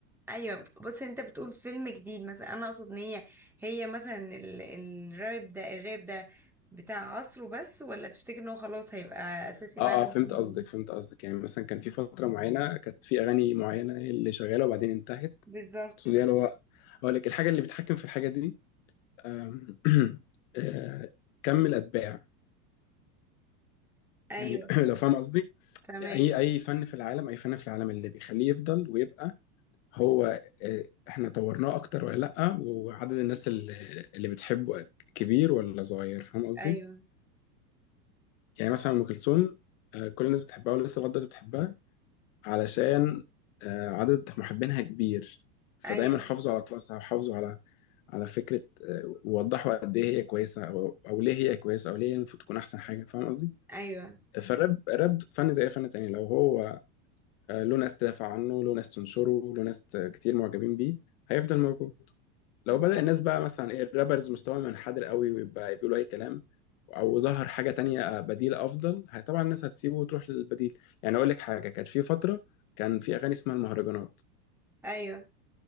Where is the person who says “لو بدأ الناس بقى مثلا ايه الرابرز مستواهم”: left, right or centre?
Left